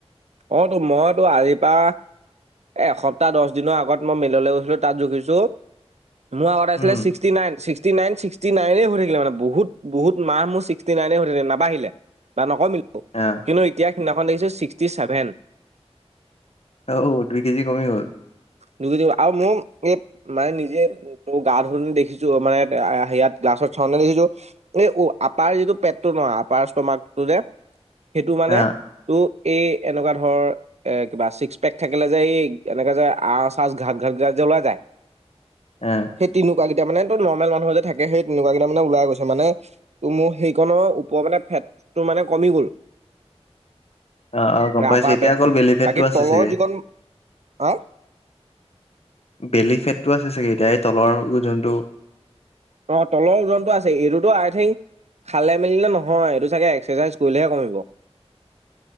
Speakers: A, on the right; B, on the left.
A: অ তো মইতো আজি পা এ এসপ্তাহ দহ দিনৰ আগত মই মেইললে গৈছিলো তাত জুখিছো মোৰ আগতে আছিলে
B: উম
A: ছিক্সটি নাইন, ছিক্সটি নাইন ছি- ছিক্সটি নাইনে হৈ থাকে মানে বহুত বহুত মাহ মোৰ ছিক্সটি নাইনে হৈ থাকিলে নাবাঢ়িলে বা নকম-
B: অ
A: কিন্তু এতিয়া সিদিনাখন দেখিছো ছিক্সটি ছেভেন।
B: অও দুই কেজি কমি গ'ল।
A: দুই কেজি আও মোম এপ মানে নিজে গা ধুতে দেখিছো মানে আয়া সেয়াত গাছত চাউতে দেখিছোঁ এ অ আপাৰ যিটো পেটটো নহ আপাৰ ষ্টমাকটো যে সেইটো মানে
B: অ
A: টো এ এনেকুৱা ধৰ এ কিবা ছিক্স পেক থাকিলে যে এই এনেকা যে আচ চাচ ঘাট ঘাট ঘিলা ওলাই যায়।
B: এ।
A: সেই তেনেকুৱা গিতা মানে তো নৰ্মেল মানুহৰ যে থাকে সেই তেনেকুৱা কেইটামানে ওলাই গৈছে মানে তো মো সেইকন ওপৰৰ মানে ফেটটো মানে কমি গ'ল।
B: অ অ গম পাইছো
A: আপাৰ
B: এতিয়া
A: পেটটো
B: অকল বেলিফেটটো
A: বাকী
B: আছে
A: তলৰ
B: চাগে?
A: যিকণ হা
B: বেলি ফেটটো আছে চাগে এতিয়া এই তলৰ যোনটো
A: অ তলৰ ওজনটো আছে এইটোতো আই থিংক খালে মেলি নে নহয় এইটো চাগে এক্সাৰচাইজ কৰিলেহে কমিব।